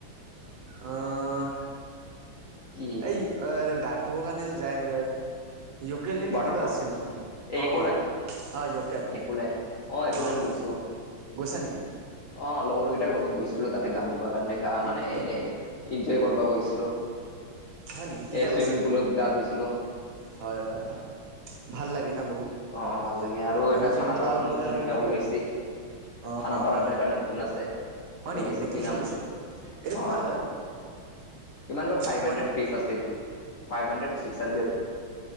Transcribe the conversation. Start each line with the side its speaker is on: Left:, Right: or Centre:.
Right: অঁ-
Left: কি
Right: এই গা ধুবৰ কাৰণে যায়- য়'কে লেন
Left: ৱাটাৰফল
Right: নে কিবা আছিল তোমাৰ
Left: এই
Right: অঁ
Left: একোলেণ্ড
Right: অঁ অঁ য়'কলেন-
Left: একোলেণ্ড অ একোলেণ্ড
Right: অঁ
Left: গৈছো।
Right: অঁ গৈছা নেকি?
Left: অ লগৰ কেইটাৰ লগত গৈছিলো তাতে গা ধুবা কাৰণে গা
Right: কি
Left: মানে
Right: কি
Left: এনেই- ইনজয় কৰিব গৈছিলো
Right: হয় নেকি কেতিয়া
Left: এ
Right: গৈছিলা
Left: ছুইমিং পুলত গা ধুইছিলো।
Right: হয় হয় হয়, ভাল লাগে না বহুত।
Left: অঁ ভাল লাগে আৰু
Right: অ মানে
Left: এটা
Right: ফ্ৰেণ্ডৰ
Left: খানাপাৰাত
Right: লগত
Left: নতুন
Right: গ'লে আৰু
Left: এটা
Right: ভাল
Left: ওলাইছে।
Right: লাগে অ
Left: খানাপাৰাত
Right: অ অ
Left: এটা নতুন আছে।
Right: হয় নেকি
Left: ওলাইছে
Right: নতুনকে
Left: কি নাম
Right: ওলাইছে
Left: আছে
Right: নেকি এইটো
Left: আহঁ।
Right: কিমান লয়
Left: ইমান বা ফাইভ
Right: গম পোৱা
Left: হান্ড্রেড
Right: নে
Left: ফিচ আছিল, ফাইভ হান্ড্রেড ছিক্স হান্ড্রেড।